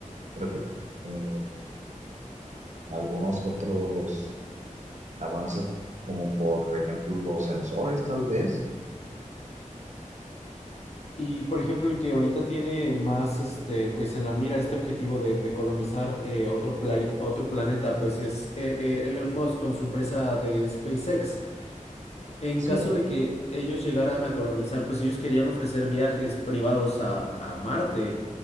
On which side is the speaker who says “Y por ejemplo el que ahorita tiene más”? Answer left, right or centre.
Left